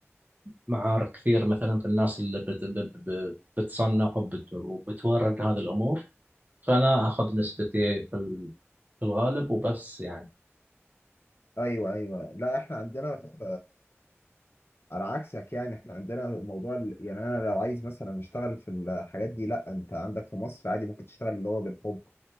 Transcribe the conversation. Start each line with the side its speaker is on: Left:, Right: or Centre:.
Right: معارف كثير مثلا في الناس اللي بت ب- ب- بتصنع وبت وبتورد هذه الامور فانا اخذ نسبتي في ال- في الغالب وبس يعني
Left: ايوه ايوه لا احنا عندنا في على عكسك يعني احنا عندنا الموضوع ال- يعني انا لو عايز مثلا اشتغل في الحاجات دي لا انت عندك في مصر عادي ممكن تشتغل اللي هو بالحب